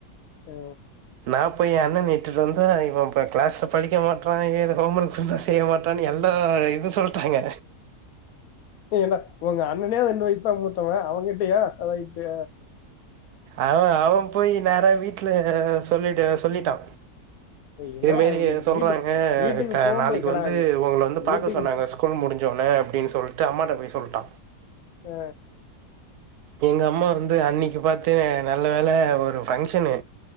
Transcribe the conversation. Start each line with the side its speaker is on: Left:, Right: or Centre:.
Left: ஓ
Right: நா போய் எ அண்ணன இட்டுட்டு வந்தா இவ ப கிளாஸ்ல படிக்க மாட்ரா எழ்த ஹோம்மர்க் தந்தா செய்ய மாட் ரா எல்லா இது சொல்ட்டாங்க
Left: ஏன்டா உங்க <unintelligible> மூத்தவ அவங்கிட்டயா ரைட்டு
Right: அமா அவ போய் நேரா வீட்டுல சொல்லிட்டு சொல்லிட்டா
Left: என்னடா
Right: இதுமேரி
Left: நீ
Right: சொல்றாங்க
Left: வீட்டு வீட்டுக்கு
Right: க
Left: போம்போது
Right: நாளைக்கு
Left: கெளா
Right: வந்து உங்ள வந்து
Left: வீட்டுக்கு
Right: பாக்க சொன்னாங்க ஸ்கூல் முடிஞ்ச ஒனே அப்டின் சொல்ட்டு அம்மாட்ட போய் சொல்ட்டா
Left: அ
Right: எங்க அம்மா வந்து அன்னிக்கு பாத்து நல்ல வேல ஒரு பங்க்ஷனு